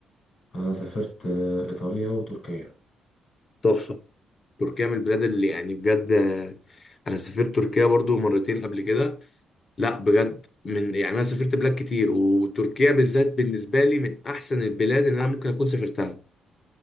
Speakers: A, on the left; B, on the left.
A: أنا سافرت آه، إيطاليا وتركيا
B: تحفة تركيا من البلاد اللي يعني بجد آه، انا سافرت تركيا برضو مرتين قبل كده لا بجد من يعني انا سافرت بلاد كتير وتركيا بالذات بالنسبه لي من احسن البلاد اللي انا ممكن اكون سافرتها